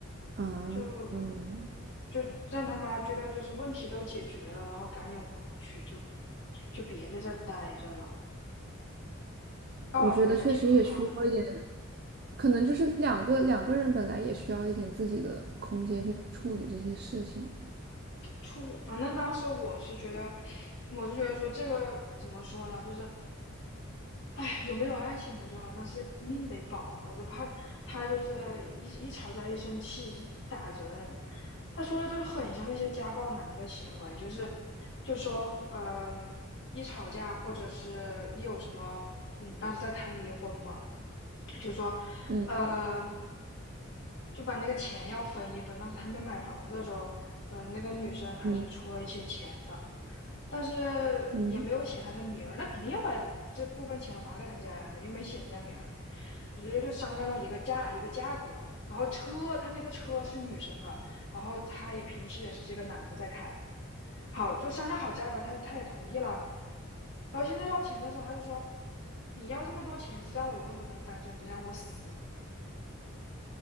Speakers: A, on the right (about 45°); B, on the left (about 55°).
A: 嗯嗯，
B: 就就让他妈觉得就是问题都解决了，然后赶紧回去，就就别在这儿待着了。但我觉得就挺可怕的。
A: 我觉得确实也需要一点，可能就是两个两个人本来也需要一点自己的空间去处理这些事情。
B: 出，反正当时我是觉得，我是觉得说这个怎么说呢，就是，哎，有没有爱情不重要，但是命得保啊！我都怕他就是一一吵架一生气就打人。他说的就是很像那些家暴男的行为，就是就说，嗯、呃一吵架或者是一有什么，嗯，当时在谈离婚嘛，就说，
A: 嗯
B: 呃，就把那个钱要分一分。当时他们买房子的时候，嗯，呃那个女生还是出了一些钱的，
A: 嗯
B: 但是也没有写她的名儿，
A: 嗯，
B: 那肯定要把这部分钱还给人家呀，又没写人家名儿。直接就商量了一个价一个价格，然后车他那个车是女生的，然后他也平时也是这个男的在开，好就商量好价格，他他也同意了，然后现在要钱的时候他就说，你要这么多钱是让我永远不能翻身，只让我死，